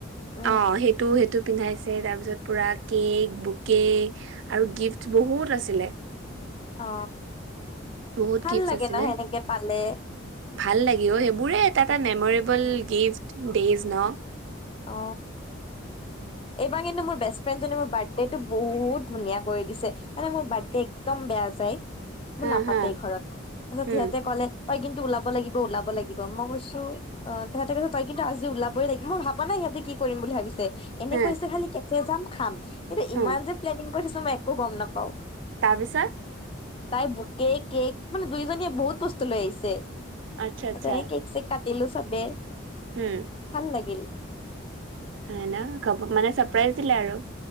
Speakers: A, on the left; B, on the right.
A: উম
B: অ সেইটো সেটো পিন্ধাইছে তাৰ পিছত পুৰা কেক বুকে আৰু গিফ্ট বহুত আছিলে
A: অ
B: বহুত
A: ভাল
B: গিফ্ট
A: লাগে
B: আছিলে
A: ন সেনেকে পালে
B: ভাল লাগিল।। অ সেইবোৰে এটা এটা মেমৰেবল গিফ্ট ডেইজ ন
A: অ এইবাৰ কিন্তু মোৰ বেষ্ট ফ্ৰেণ্ডনে মোৰ বাৰ্থডে টো বহুত ধুনীয়া কৰি দিছে মানে মোৰ বাৰ্থডে একদম বেয়া যায়। মোৰ
B: হা
A: নাপাতে
B: হা
A: ঘৰত তাৰপিছত সিহঁতে
B: উম
A: ক'লে কিন্তু ওলাব লাগিব ওলাব লাগিব মই কৈছোঁ অ তাহেতে কৈছ তই কিন্তু আজি ওলাবই লাগিব মই ভ নাই সিহঁতে কি কৰিম বুলি ভাবিছে এনে
B: হা
A: কৈছে খালি কেফে যাম খাম কিন্তু
B: উম
A: ইমান যে প্লেনিং কৰি থৈ। ত মই একো গম নাপাওঁ
B: তাৰপিছত।
A: তাই বুকে কেক মানে দুইজনীয়ে বহুত বস্তু লৈ আহিছে।
B: আচ্ছা আচ্ছা
A: তেনে কেক চেক কাটিলোঁ চবে
B: উম
A: ভাল লাগিল।
B: হয় না মানে চাপ্ৰাইজ দিলে আৰু।